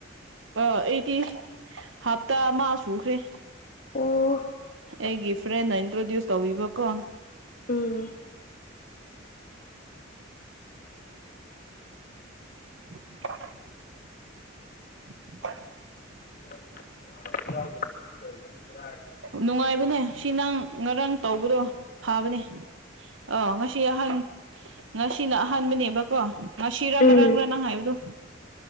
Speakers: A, on the right; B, on the left.
A: ꯑꯥ ꯑꯩꯗꯤ ꯍꯞꯇꯥ ꯑꯃ ꯁꯨꯈ꯭ꯔꯦ
B: ꯑꯣ
A: ꯑꯩꯒꯤ ꯐ꯭ꯔꯦꯟꯅ ꯏꯟꯇ꯭ꯔꯣꯗ꯭ꯌꯨꯁ ꯇꯧꯕꯤꯕꯀꯣ
B: ꯎꯝ
A: <inaudible>
B: <inaudible>
A: ꯅꯨꯡꯉꯥꯏꯕꯅꯦ ꯁꯤ ꯅꯪ ꯉꯔꯥꯡ ꯇꯧꯕꯗꯣ ꯐꯥꯕꯅꯦ ꯑꯥ ꯉꯁꯤ ꯑꯍꯟ ꯉꯁꯤꯅ ꯑꯍꯥꯟꯕꯅꯦꯕ ꯀꯣ ꯉꯁꯤꯔ
B: ꯎꯝ
A: ꯉꯔꯥꯡꯔ ꯅꯪ ꯍꯥꯏꯕꯗꯨ